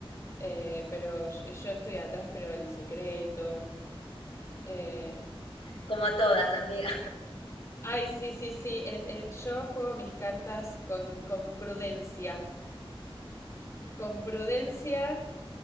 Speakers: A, on the left (about 30°); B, on the left (about 70°).
A: eh, pero yo yo estoy atrás, pero en secreto. Eh,
B: Como todas, amiga.
A: Ay, sí, sí, sí. eh, eh, yo juego mis cartas con, con prudencia. Con prudencia